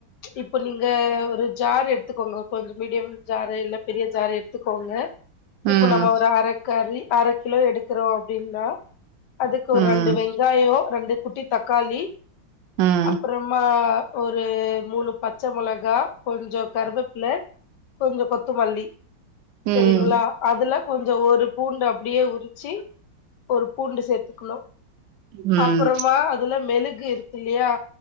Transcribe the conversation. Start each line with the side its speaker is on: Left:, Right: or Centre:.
Left: இப்ப நீங்க ஒரு ஜார் எடுத்துக்கோங்க கொஞ்ச மீடியம் ஜாரு இல்ல பெரிய ஜாறு எடுத்துக்கோங்க
Right: ம்
Left: இப்ப நம்ம ஒரு அரக்கறி அரை கிலோ எடுக்குறோ அப்டின்னா அதுக்கு
Right: ம்
Left: ஒரு ரெண்டு வெங்காய ரெண்டு குட்டி தக்காளி
Right: ம்
Left: அப்புறமா ஒரு மூனு பச்ச மொளகா கொஞ்ச கருவேப்பில கொஞ்ச கொத்தமல்லி
Right: ம்
Left: சரிங்களா அதுல கொஞ்ச ஒரு பூண்டு அப்டியே உரிச்சு ஒரு பூண்டு சேத்துக்கணு
Right: ம்
Left: அப்புறமா அதுல மெழுகு இல்லையா